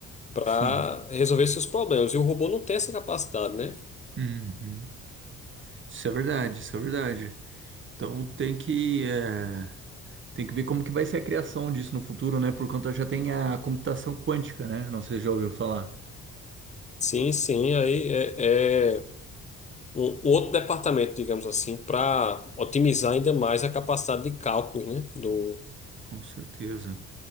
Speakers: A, on the left; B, on the right.
A: para
B: Sim.
A: resolver seus problemas. E o robô não tem essa capacidade, né?
B: Uhum. Isso é verdade, isso é verdade. Então tem que. é, Tem que ver como que vai ser a criação disso no futuro, né? Por conta já tem a computação quântica, né? Não sei se já ouviu falar.
A: Sim, sim, aí é, é um, um outro departamento, digamos assim, para otimizar ainda mais a capacidade de cálculos, né, do
B: Com certeza.